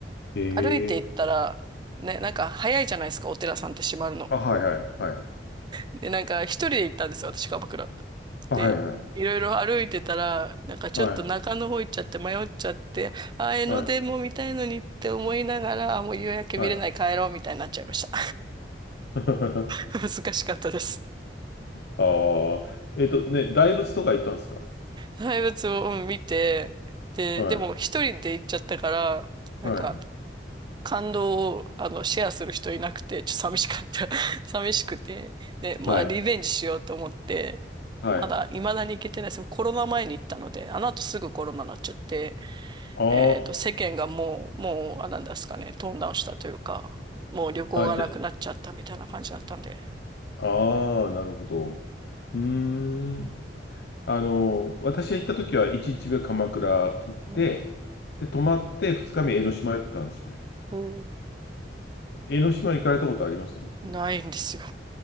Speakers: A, on the left (about 65°); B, on the right (about 25°).
A: へ
B: 歩いて行ったら、
A: え。
B: ね、なんか早いじゃないですか、お寺さんって閉まるの。
A: あ、はいはいはい。
B: で、なんか一人で行ったんですよ、私、鎌倉。
A: あ、
B: で、
A: はいはい。
B: いろいろ歩いてたら、なんかちょっと中の方行っちゃって迷っちゃって、
A: はい、
B: あー、江ノ電も見たいのにって思いながら、
A: はい、
B: あもう夕焼け見れない帰ろうみたいになっちゃいました。
A: はい。<laughs>
B: <laughs> 難しかったです。
A: ああ。えっとね、大仏とか行ったんですか
B: 大仏をうん見て、で、
A: はい、
B: でも一人で行っちゃったから、なんか
A: はい。
B: 感動をあのシェアする人いなくて、ちょっと寂しかった。<laughs> 寂しくて。で、まあ、
A: はい。
B: リベンジしようと思って、
A: はい。
B: まだ未だに行けてないです。コロナ前に行ったので、あの後すぐコロナになっちゃって、
A: あ
B: えっと、世間がもう、もう、あ、なんですかね、トーンダウンしたというか、もう旅行がなくなっちゃったみたいな感じだったんで。
A: あ。あ、じゃ、ああ、なるほど。うーん。
B: うん、
A: あの、私が行った時は1日目鎌倉行って、
B: うん、
A: で、泊まって2日目江ノ島行ったんですよね。
B: うん
A: 江ノ島行かれたことあります
B: ないんですよ。